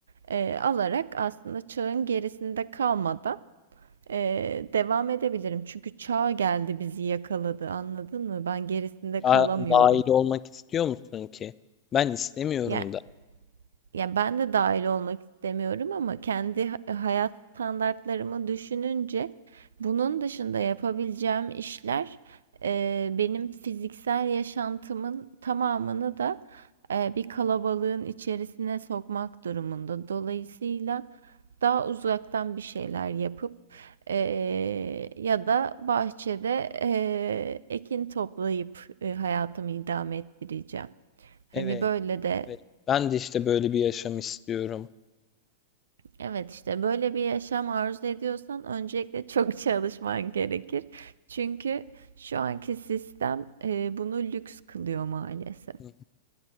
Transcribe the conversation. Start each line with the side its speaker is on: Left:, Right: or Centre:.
Right: e, alarak aslında çağın gerisinde kalmadan e, devam edebilirim. Çünkü çağ geldi bizi yakaladı, anladın mı? Ben gerisinde kalamıyorum.
Left: Daha dahil olmak istiyor musun ki? Ben istemiyorum
Right: Yani
Left: da.
Right: Ya ben de dahil olmak istemiyorum ama kendi ha- e, hayat standartlarımı düşününce bunun dışında yapabileceğim işler e, benim fiziksel yaşantımın tamamını da e, bir kalabalığın içerisine sokmak durumunda. Dolayısıyla daha uzaktan bir şeyler yapıp e, ya da bahçede e, ekin toplayıp e, hayatımı idame ettireceğim.
Left: Evet,
Right: Hani böyle de
Left: evet. Ben de işte böyle bir yaşam istiyorum.
Right: Evet işte böyle bir yaşam arzu ediyorsan öncelikle <laughs> çok çalışman gerekir. Çünkü şu anki sistem e, bunu lüks kılıyor maalesef.
Left: Hı hı.